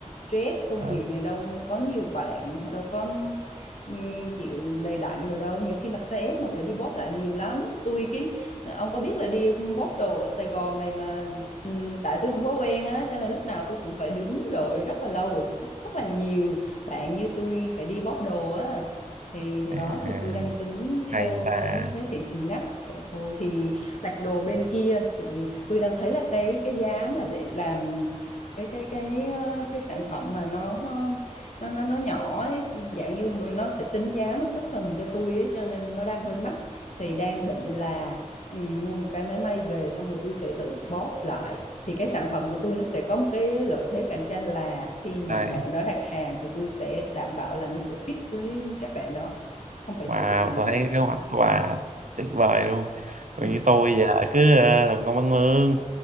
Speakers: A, on the left; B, on the right.
A: stress công
B: Ờ.
A: việc này đâu có nhiều bạn họ đâu có ừm, kiểu đầy đặn rồi đâu nhiều khi mặc size S mà phải đi bóp lại nhiều lắm tôi cái ông có biết là đi bóp đồ ở Sài Gòn này mà Ừ, tại tôi không quá quen á cho nên lúc nào tôi cũng phải đứng đợi rất là lâu bởi vì có rất là nhiều bạn như tôi phải đi bóp đồ á thì thì
B: à,
A: đó thì tôi đang tính theo
B: hay là
A: cái cái thị trường ngách vậy thôi thì đặt đồ bên kia thì tôi đang thấy là cái cái giá mà để làm cái cái cái ờ, cái sản phẩm mà nó nó nó nó nhỏ ấy, dạng như nó sẽ tính giá mà custom cho tôi ấy cho nên nó đang hơi mắc thì đang định là ừ, mua một cái máy may về xong rồi tôi sẽ tự bóp lại thì cái sản phẩm của tôi nó sẽ có một cái lợi thế cạnh tranh là khi
B: hay
A: mà bạn đó đặt hàng thì tôi sẽ đảm bảo là nó sẽ fit với các bạn đó không phải
B: Wow,
A: sửa lại nữa
B: tôi thấy cái kế hoạch của bà tuyệt vời luôn. Còn
A: <laughs>
B: như tôi giờ cứ ờ, làm công ăn lương,